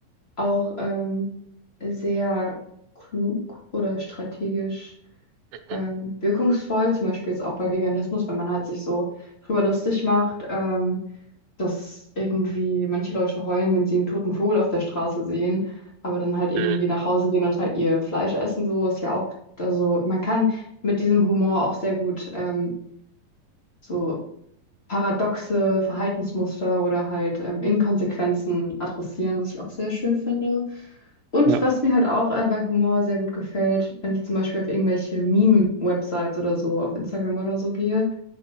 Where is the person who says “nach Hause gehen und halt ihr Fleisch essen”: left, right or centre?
Left